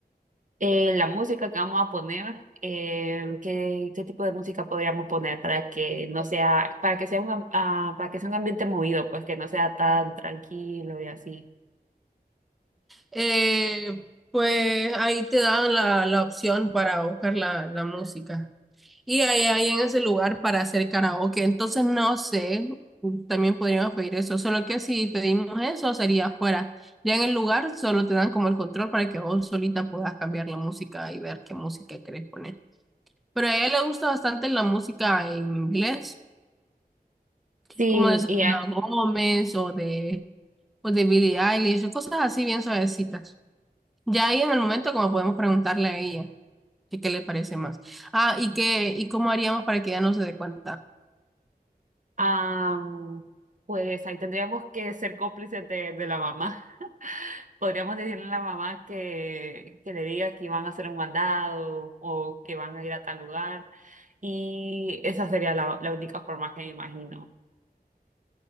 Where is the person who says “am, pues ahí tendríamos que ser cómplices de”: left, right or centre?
Right